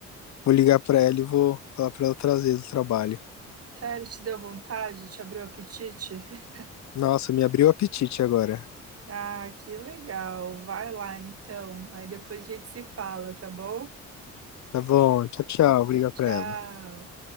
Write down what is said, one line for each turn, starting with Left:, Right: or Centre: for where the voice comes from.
Left: vou ligar pra ela e vou falar pra ela trazer do trabalho.
Right: sério, te deu vontade? Te abriu o apetite? <laughs>
Left: Nossa, me abriu o apetite agora.
Right: Ah, que legal. Vai lá então. Aí depois a gente se fala, tá bom?
Left: Tá bom, tchau, tchau. Vou ligar pra
Right: Tchau.
Left: ela.